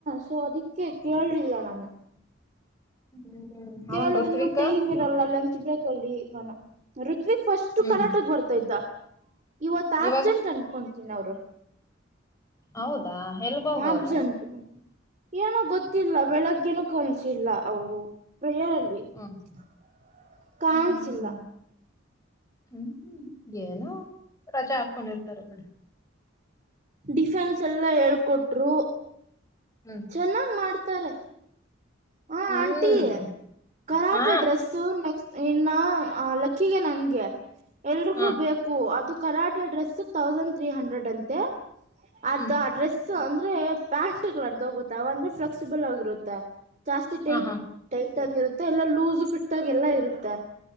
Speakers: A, on the right (about 40°); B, on the left (about 15°).
A: ಸೊ ಅದಿಕ್ ಕೇ ಕೇಳಲಿಲ್ಲ ನಾನು.
B: <unintelligible>
A: ಕೇಳೋದನ್ನು
B: ಋತ್ವಿಕ್
A: ಟೈಮ್ ಎಲ್ಲ ಲಂಚ್ ಬ್ರೇಕಲ್ಲಿ <unintelligible> ಋತ್ವಿಕ್ ಫಸ್ಟ್
B: ಹ್ಮ್
A: ಕರಾಟಕ್ ಬರ್ತಾ ಇದ್ದ. ಇವತ್ತು ಆಬ್ಸೆಂಟ್
B: ಇವಾಗ
A: ಅನ್ಕೊತೀನಿ ಅವ್ರು.
B: ಹೌದಾ ಎಲ್ಗೋಗವ್ರೆ.
A: ಆಬ್ಸೆಂಟ್ ಏನೋ ಗೊತ್ತಿಲ್ಲ ಬೆಳಗ್ಗೆೇನ ಕನಸಿಲ್ಲ ಅವರು ಪ್ರೇಯಲ್ಲಿ <unintelligible>
B: ಹ್ಮ್
A: ಕಾಣಿಸಿಲ್ಲ.
B: ಹ್ಮ್ ಹ್ಮ್ ಏನೋ ರಜಾ ಹಾಕೊಂಡಿರ್ತಾರ ಬಿಡ್.
A: ಡಿಫೆನ್ಸ್ ಎಲ್ಲ ಹೇಳ್ಕೊಟ್ರು.
B: ಹ್ಮ್
A: ಚೆನ್ನಾಗ್ ಮಾಡ್ತಾರೆ ಹ
B: ಹ್ಮ್
A: ಆಂಟಿ ಕರಾಟೆ
B: ಹಾ
A: ಡ್ರೆಸ್ <unintelligible> ನೆಕ್ಸ್ಟ್ ಇನ್ನ ಲಕ್ಕಿಗೆ ನನ್ಗೆ ಎಲ್ರಿಗೂ
B: ಹಾ
A: ಬೇಕ್ ಕು ಅದು karate address thousand three hundred ಅಂತೆ ಅದು
B: ಹ್ಮ್
A: ಅಡ್ರೆಸ್ ಸೊ ಅಂದ್ರೆ ಪ <unintelligible> ಕಲರ್ದು ಹೋಗುತ್ತ ಅವ ಅಂದ್ರೆ ಫ್ಲೆಕ್ಸಿಬಲ್ ಆಗಿರುತ್ತೆ ಜಾಸ್ತಿ ಟೈಟ್
B: ಹ ಹಾ
A: ಟೈಟ್ ಆಗಿ ಇರುತ್ತೆ ಎಲ್ಲ ಲೂಸ್ ಫಿಟ್ ಆಗಿ ಎಲ್ಲ ಇರುತ್ತೆ